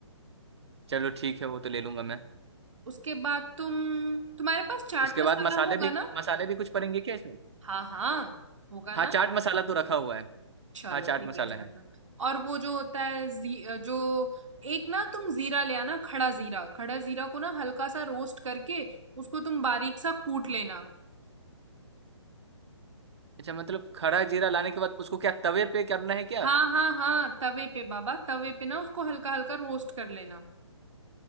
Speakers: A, on the right; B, on the right.
A: चलो ठीक है वो तो ले लूंगा मैं
B: उसके बाद तुम तुम्हारे पास चाट
A: उसके
B: मसाला
A: बाद मसाले
B: होगा
A: भी
B: ना
A: मसाले भी कुछ पड़ेंगे क्या इसमें
B: हाँ हाँ होगा
A: हाँ
B: ना
A: चाट मसाला तो रखा हुआ है
B: चलो
A: हाँ चाट
B: ठीक
A: मसाला
B: है चाट
A: है
B: मत और वो जो होता है जी, अ, जो एक ना तुम जीरा ले आना खड़ा जीरा खड़ा जीरा को ना हल्का सा रोस्ट करके उसको तुम बारीक सा कूट लेना
A: अच्छा मतलब खड़ा जीरा लाने के बाद उसको क्या तवे पे करना है क्या
B: हाँ हाँ हाँ तवे पे बाबा तवे पे ना उसको हल्का हल्का रोस्ट कर लेना